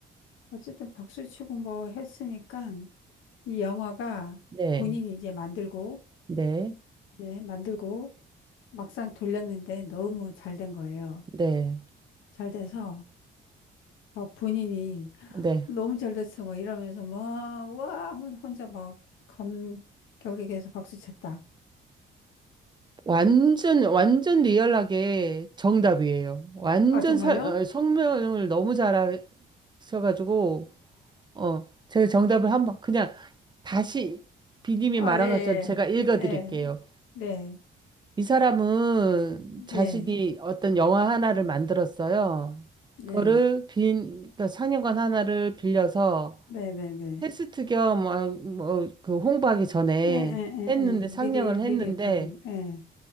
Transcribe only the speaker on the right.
네,
네,
네,
네.
완전, 완전 리얼하게 정답이에요. 완전
사- 어, 성명을 너무 잘하셔가지고, 어, 제가 정답을 한번 그냥 다시 비님이
말한
것처럼 제가 읽어드릴게요.
이 사람은
자신이 어떤 영화 하나를 만들었어요.
그거를 빈, 그러니까 상영관 하나를 빌려서
테스트 겸, 아, 뭐, 그 홍보하기 전에
했는데, 상영을
했는데,